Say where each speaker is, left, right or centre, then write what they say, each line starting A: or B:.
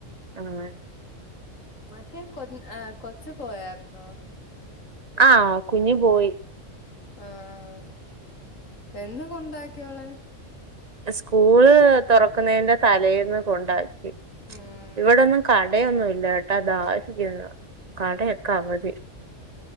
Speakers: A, on the right; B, on the left.
A: ആഹ്
B: മറ്റേ കൊ കൊച് പോയായിർന്നോ.
A: ആഹ് കുഞ്ഞു പോയി.
B: ആഹ് എന്ന് കൊണ്ടാക്കിയവളെ
A: സ്കൂള് തുറക്കുന്നതിന്റെ തലേന്ന് കൊണ്ടാക്കി.
B: ഉം
A: ഇവടെന്നും കടയൊന്നുല്ല. <unintelligible> കടയൊക്കെ അവധി